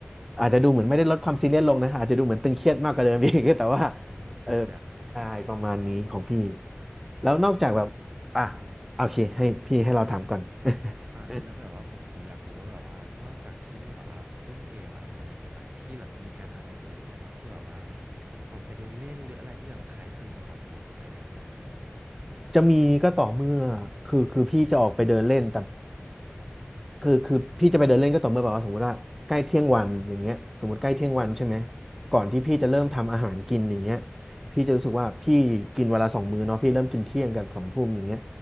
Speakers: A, in the centre; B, on the right.
A: อาจจะดูเหมือนไม่ได้ลดความซีเรียสลงนะอาจจะดูเหมือนตึงเครียดมากกว่าเดิมอีก <laughs> แต่ว่า
B: อ่าผัดจะครับ
A: เออใช่ประมาณนี้ของพี่แล้วนอกจากแบบอ่ะ
B: แล้วแบบว่า
A: โอเคให้พี่ให้เราถามก่อน <laughs>
B: อ่ะแล้วแบบว่าผมผมอยากรู้ว่าแบบว่านอกจากที่พี่แบบว่าเล่นเกมอะอะไรเงี้ยครับพี่แบบมีการทำอย่างอื่นไหมครับที่แบบว่าออกไปเดินเล่นหรืออะไรที่แบบคล้ายคลึงกับของผมอะไรเงี้ยครับ
A: จะมีก็ต่อเมื่อคือคือพี่จะออกไปเดินเล่นแต่คือคือพี่จะไปเดินเล่นก็ต่อเมื่อแบบว่าสมมติว่าใกล้เที่ยงวันอย่างเงี้ยสมมติใกล้เที่ยงวันใช่ไหมก่อนที่พี่จะเริ่มทำอาหารกินอย่างเงี้ยพี่จะรู้สึกว่าพี่กินเวนลาสองมื้อเนาะพี่เริ่มกินเที่ยงกับสองทุ่มอย่างเงี้ย